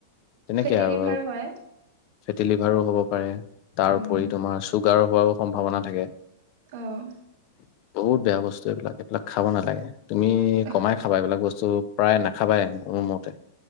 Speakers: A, on the left; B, on the right.
A: তেনেকে
B: ফেটি
A: আৰু
B: লিভাৰ হয়।
A: ফেটি লিভাৰো হ'ব পাৰে। তাৰউপৰি
B: উম,
A: তোমাৰ চুগ গাৰ হোৱাৰো সম্ভাৱনা থাকে।
B: অ'।
A: বহুত বেয়া বস্তু এইবিলাক, এইবিলাক খাব নালাগে। তুমি
B: অ',
A: কমাই খাবা এইবিলাক বস্তু প্ৰায় নাখাবাই, মোৰ মতে।